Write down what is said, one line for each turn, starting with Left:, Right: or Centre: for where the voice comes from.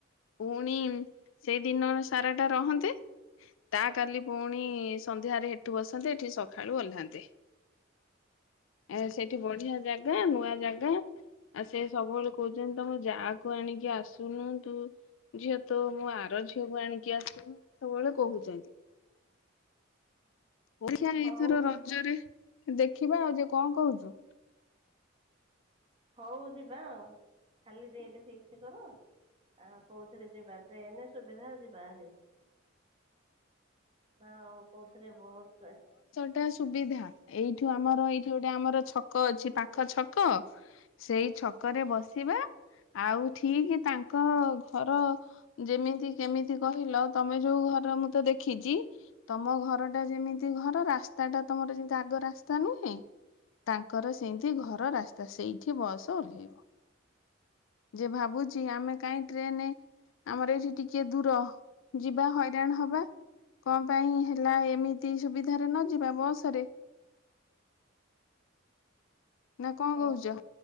Left: ପୁଣି ସେଇଦିନ ସାରା ଟା ରହନ୍ତେ। ତା କାଲି ପୁଣି ସନ୍ଧ୍ୟାରେ ଏଠୁ ବସନ୍ତେ ଏଠି ସକାଳୁ ଓହ୍ଲାନ୍ତେ। ଆ ସେଇଠି ବଢିଆ ଜାଗା ନୂଆ ଜା ଆଉ ସେ ସବୁବେଳେ କହୁଛନ୍ତି ତମ ଯାଆ ଆଣିକି ଆସୁନନ୍ତୁ। ଝିଅ ତ ମୁଁ ଆର ଝିଅକୁ ଆଣିକି ଆସି ସବୁବେଳେ କହୁଛନ୍ତି। ଓଡିିଆ ଏଇଥର
Right: ହଉ
Left: ରଜରେ ଦେଖିବା ଆଉ ଯେ କଣ କହୁଚୁ?
Right: ହଉ ଯିବା ଆଉ ଖାଲି ଡେଟ ଫିକ୍ସ କର। ଆ କୋଉଥିରେ ଯିବା ଟ୍ରେନ ସୁବିଧା ଯିବାଭାରି। ନାଁ ହଉ କଉ ଥିରେ ବସ୍
Left: ଗଟା ସୁବିଧା ଏଇଠୁ ଆମର ଏଇଠି ଗୋଟେ ଆମର ଛକ ଅଛି ପାଖ ଛକ ସେଇ ଛକରେ ବସିବା ଆଉ ଠିକ ତାଙ୍କ ଘର ଯେମିତି କେମିତି କହିଲ ତମେ ଯୋଉ ମୁଁ ତ ଦେଖିଚି। ତମ ଘର ଟା ଯେମିତି ଘର ରାସ୍ତା ଟା ତମର ଯେମତି ଆଗ ରାସ୍ତା ନୁହେଁ। ତାଙ୍କର ସେମତି ଘର ରାସ୍ତା ସେଇଠି ବସ ଓହ୍ଲେଇବ। ଯେ ଭାବୁଚି ଆମେ କାହିଁ ଟ୍ରେନ ଆମର ଏଇଠି ଟିକେ ଦୂର ଯିବା ହଇରାଣ ହବା କ ପାଇଁ ହେଲା ଏମିତି ସୁବିଧାରେ ନ ଯିବା ବସ ରେ
Right: <inaudible>
Left: ନା କଣ
Right: ହଁ
Left: କହୁଛ?